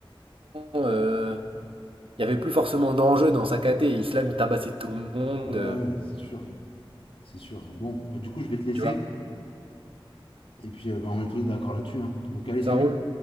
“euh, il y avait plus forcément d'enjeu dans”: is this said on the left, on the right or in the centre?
Right